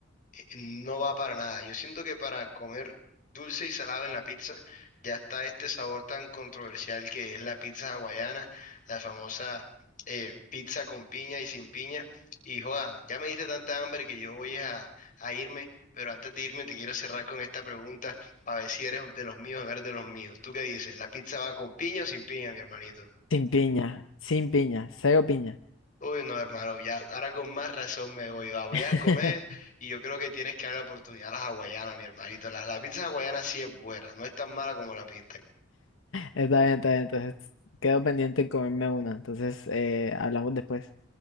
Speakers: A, on the left; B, on the left.
A: no va para nada. Yo siento que para comer dulce y salado en la pizza ya está este sabor tan controversial que es la pizza hawaiana, la famosa eh, pizza con piña y sin piña. Y joda, ya me diste tanta hambre que yo voy es a, a irme, pero antes de irme te quiero cerrar con esta pregunta para ver si eres de los míos o no eres de los míos. ¿Tú qué dices? ¿La pizza va con piña o sin piña, mi hermanito?
B: Sin piña, sin piña, cero piña.
A: Uy, no, hermano, ya ahora con más razón me voy. va, voy
B: <laughs>
A: a comer y yo creo que tienes que dar la oportunidad a las hawaianas, mi hermanito. La, la pizza hawaiana sí es buena, no es tan mala como la pintan.
B: Está bien, está bien. Entonces, quedo pendiente en comerme una. Entonces, eh, hablamos después.